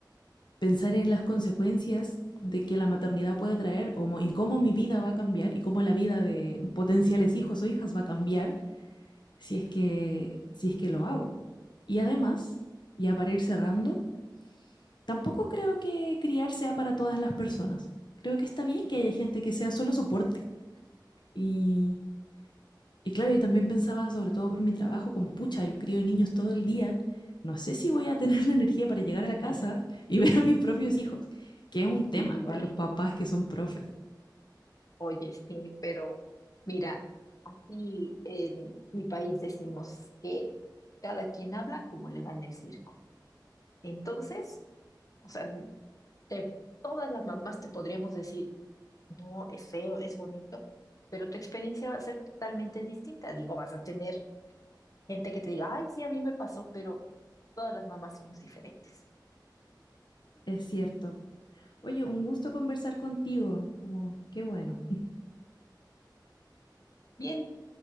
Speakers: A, on the left; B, on the left.
A: pensar en las consecuencias de que la maternidad puede traer, o en cómo mi vida va a cambiar y cómo la vida de potenciales hijos o hijas va a cambiar si es que, si es que lo hago. Y además, ya para ir cerrando, Tampoco creo que criar sea para todas las personas. Creo que está bien que haya gente que sea solo soporte. Y, y claro, yo también pensaba, sobre todo por mi trabajo, como pucha, yo crío niños todo el día. No sé si voy a tener <laughs> la energía para llegar a la casa
B: <laughs>
A: y ver a mis propios hijos, que es un tema
B: y llegar.
A: con los papás que son profes.
B: Oye, sí, pero mira, aquí en mi país decimos que cada quien habla como le va en el circo. Entonces, o sea, te- todas las mamás te podríamos decir, no, es feo, es bonito, pero tu experiencia va a ser totalmente distinta. Digo, vas a tener gente que te diga, ay, sí, a mí me pasó, pero todas las mamás somos diferentes.
A: Es cierto. Oye, un gusto conversar contigo. Como, qué bueno.
B: Bien,